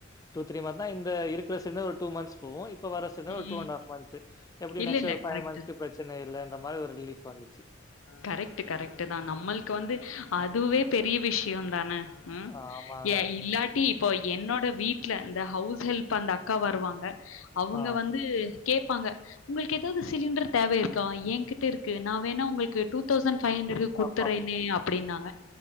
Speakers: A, on the left; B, on the left.
A: டூ த்ரீ மந்த் இந்த இருக்கிற சிலிண்டர் ஒரு டூ மந்த்ஸ் போகு இப்ப வர சிலிண்டர்
B: ம்.
A: ஒரு டூ அண்டு ஹாஃப் மந்த்ஸ் எப்டி
B: இல்ல,
A: நெக்ஸ்ட்
B: இல்ல.
A: ஒரு ஃபைவ்
B: கரெக்ட்.
A: மந்த்க்கு பிரச்சன இல்லன்ற மாரி ஒரு ரிலீஃப் வந்துச்சி
B: கரெக்ட் கரெக்ட் தா நம்மளுக்கு வந்து அதுவே பெரிய விஷயந்தான ம்
A: ஆமாங்க.
B: ஏ இல்லாட்டி இப்போ என்னோட வீட்ல இந்த ஹவுஸ் ஹெல்ப் அந்த அக்கா வருவாங்க அவுங்க
A: ஆ,
B: வந்து கேப்பாங்க உங்குளுக்கு எதாவது சிலிண்டர் தேவை இருக்கா ஏங்கிட்ட இருக்கு நா வேணா உங்கள்க்கு டூ தௌசண் ஃபை ஹண்ரடுக்கு குட்த்தர்றேனே
A: அப்பா!
B: அப்படின்னாங்க